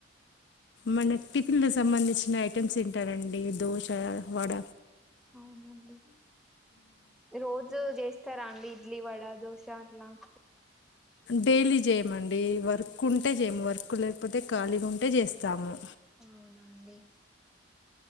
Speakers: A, on the left; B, in the centre.
A: మన టిఫిన్లకు సంబంధించిన ఐటమ్స్ తింటారండి దోశ వడ
B: అవునుండి రోజు చేస్తారా అండి ఇడ్లీ వడా దోశ చట్లా
A: డైలీ చేయమండి అ వర్క్ ఉంటే చేయము వర్క్ లేకపోతే ఖాళీగా ఉంటే చేస్తాము
B: అవునా అండి